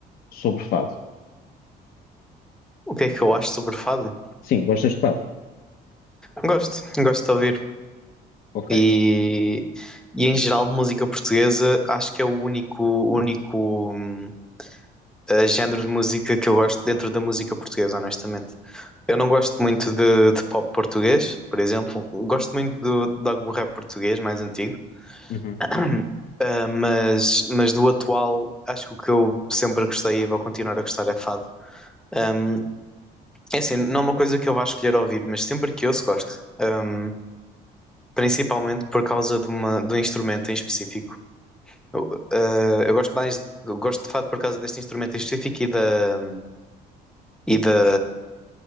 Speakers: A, on the left (about 60°); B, in the centre.
A: sobre fado?
B: O que é que eu acho sobre fado?
A: Sim, gostas de fado,
B: Gosto, gosto de ouvir.
A: ok.
B: E, e em geral, música portuguesa, acho que é o único, único hum, eh, género de música que eu gosto dentro da música portuguesa, honestamente. Eu não gosto muito de, de pop português, por exemplo. Gosto muito do, de algum rap português mais antigo.
A: Uhum. Ou Uhum.
B: <clears throat> Ah, mas, mas do atual, acho que o que eu sempre gostei e vou continuar a gostar é fado. Hum, É assim, não é uma coisa que eu vá escolher ouvir, mas sempre que ouço gosto. Ahm, principalmente por causa de, uma, de um instrumento em específico. Eu, ah, eu gosto mais, eu gosto de fado por causa deste instrumento em específico e da, e da,